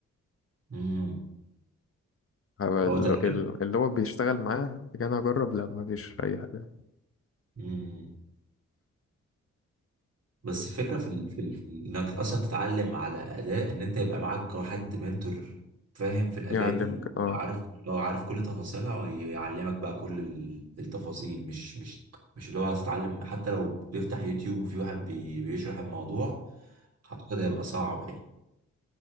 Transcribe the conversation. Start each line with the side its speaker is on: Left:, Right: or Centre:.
Right: امم
Left: هو
Right: هو
Left: ال-
Right: تقريبا
Left: ال- اللي هو بيشتغل معاه كان أجرب لا ما فيش أي حاجة
Right: امم بس الفكره في ال... في ال... في ال- انك اصلا تتعلم على اداء ان انت يبقى معاك حد منتور فاهم في الاداء
Left: يعلمك
Right: دي وعارف
Left: اه
Right: لو عارف كل تفاصيلها ويعلمك بقى كل ال- التفاصيل مش مش مش اللي هو هتتعلم حتى لو بيفتح يوتيوب وفي واحد بي... بيشرح الموضوع اعتقد هيبقى صعب